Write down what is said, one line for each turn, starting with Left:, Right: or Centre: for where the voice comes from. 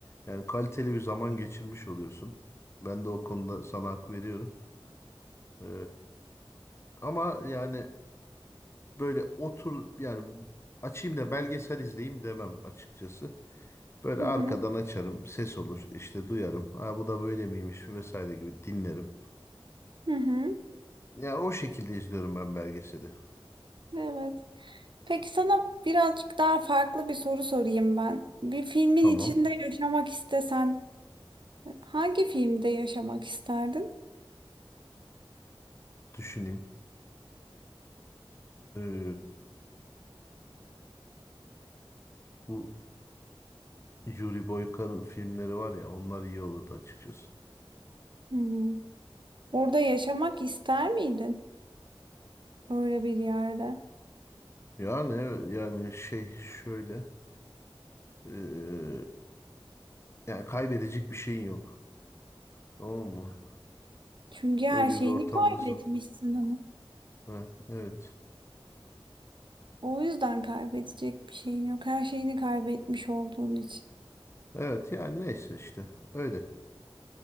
Left: Yani kaliteli bir zaman geçirmiş oluyorsun. Ben de o konuda sana hak veriyorum. E, ama yani böyle otur yani açayım da belgesel izleyeyim demem açıkçası. Böyle
Right: Hı
Left: arkadan
Right: hı.
Left: açarım, ses olur, işte duyarım. Ha bu da böyle miymiş vesaire gibi dinlerim.
Right: Hı hı.
Left: Yani o şekilde izliyorum ben belgeseli.
Right: Evet. Peki sana birazcık daha farklı bir soru sorayım ben. Bir filmin
Left: Tamam,
Right: içinde yaşamak istesen hangi filmde yaşamak isterdin?
Left: düşüneyim. Ee, bu Yuri Boyka'nın filmleri var ya, onlar iyi olurdu açıkçası.
Right: Hmm. Orada yaşamak ister miydin? Öyle bir yerde.
Left: Yani evet, yani şey şöyle, ee, yani kaybedecek bir şeyin yok. Tamam mı?
Right: Çünkü her
Left: Öyle
Right: şeyini
Left: bir ortamdasın.
Right: kaybetmişsin ama.
Left: Heh, evet.
Right: O yüzden kaybedecek bir şeyin yok. Her şeyini kaybetmiş olduğun için.
Left: Evet yani neyse işte öyle.